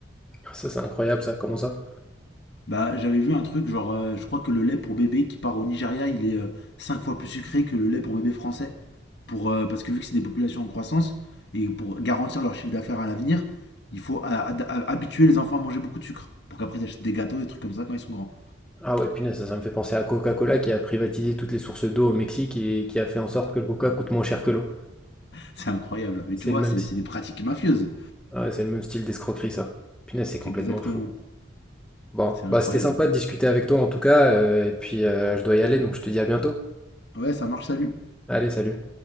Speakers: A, in the centre; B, on the left (about 60°).
A: Ça, c'est incroyable, ça. Comment ça?
B: Bah, j'avais vu un truc, genre, euh, je crois que le lait pour bébé qui part au Nigeria, il est euh, 5 fois plus sucré que le lait pour bébé français. Pour, euh, parce que vu que c'est des populations en croissance, et pour garantir leur chiffre d'affaires à l'avenir, il faut a- a- habituer les enfants à manger beaucoup de sucre. Pour qu'après ils achètent des gâteaux, des trucs comme ça quand ils sont grands.
A: Ah ouais, punaise, ça, ça me fait penser à Coca-Cola qui a privatisé toutes les sources d'eau au Mexique et qui a fait en sorte que le coca coûte moins cher que l'eau.
B: C'est incroyable. Mais
A: C'est
B: tu vois,
A: le même,
B: c'est
A: si-
B: des pratiques mafieuses.
A: ah ouais, c'est le même style d'escroquerie, ça. Punaise, c'est complètement
B: Exactement.
A: fou. Bon,
B: C'est incroyable.
A: bah c'était sympa de discuter avec toi en tout cas, euh, et puis euh, je dois y aller, donc je te dis à bientôt.
B: Ouais, ça marche, salut.
A: Allez, salut.